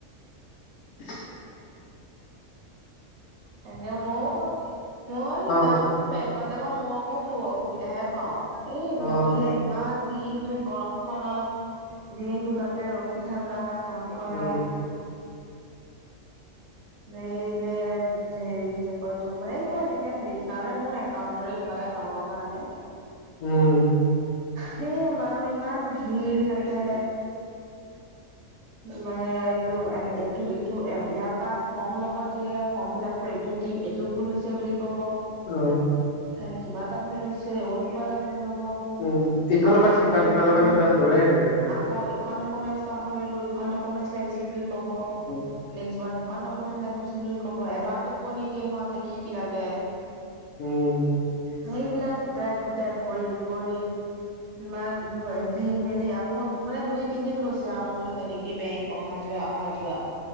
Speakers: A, on the left (about 65°); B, on the right (about 65°).
A: <inaudible>
B: তাকে মই-মই স
A: অ
B: নাম বেংক কত যাব মই মোৰ আকৌ অসুবিধাহে পাও, এই
A: অ
B: গৈ পেলাই ইমান দিনটো গৰম খনত দিনতটো তাতে ৰখি থকা কাম কৰা৷
A: উম
B: এই যে হেৰি কি যে কয়তটো মানে এই কিবা এনেকে হেৰি কাৰণে মোৰ একাউণ্টৰে কিবা এটা কামৰ কাৰনে।
A: উম।
B: সেই আমাৰো ইমান ভিৰ তাতে। মানে অ এইটো ইটো এ ইয়াত তা ফৰ্ম লব দিয়ে,, ফৰ্ম ফিল আপ কৰি এইটো দিম এইটো ভুল হৈছে বুলি কব।
A: অ।
B: তাই কিবা এটা ভুল হৈছে ও কিবা এটা ভুল হ'ব।
A: উম ইফালৰ
B: আকৌ
A: পৰা
B: <unintelligible>
A: সিফাল
B: উম্
A: সিফালৰ পৰা সিফাল দৌৰাই থাকে।
B: আকৌ অ ইখন ডকুমেন্টছ পাহৰিলো ইখন ডকুমেন্ট লাগিছিল বুলি ক'ব
A: উম
B: নেক্স বাৰ। খন ডকুমেণ্ট লাগে বুলি কব এবাৰতো কৈ নিদিয়ে সিহঁতে কি কি লাগে।
A: উম।
B: সেইবিলাক গোটাই-গোটাই কৰি-কৰি মান দি মেলি আকৌ মানে দুই তিনদিন গৈছে আও মোৰ, সেই তেনেকেই বেংক অহা যোৱা অহা যোৱা।